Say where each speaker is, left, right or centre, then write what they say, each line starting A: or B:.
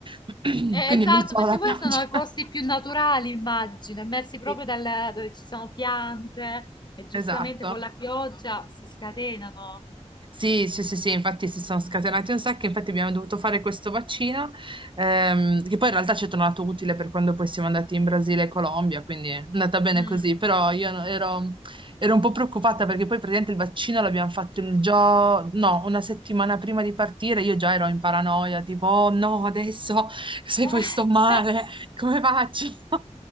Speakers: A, on the right; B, on the left.
A: <clears throat>
B: Eh,
A: quindi
B: Esatto,
A: non solo
B: perché
A: la pioggia.
B: poi sono i posti
A: <laughs>
B: più naturali, immagino, messi proprio
A: Sì,
B: dal, dove ci sono piante e giustamente
A: Esatto.
B: con la pioggia si scatenano.
A: Sì, sì, sì, sì, infatti si sono scatenati un sacco, infatti abbiamo dovuto fare questo vaccino, ehm, che poi in realtà ci è tornato utile per quando poi siamo andati in Brasile e Colombia, quindi è andata bene
B: Mm,
A: così,
B: bellissimo.
A: però io no- ero, ero un po' preoccupata perché poi praticamente il vaccino l'abbiamo fatto il giorno, no, una settimana prima di partire, io già ero in paranoia, tipo, oh no, adesso se
B: Eh,
A: poi sto male, come faccio?
B: <laughs>
A: <laughs>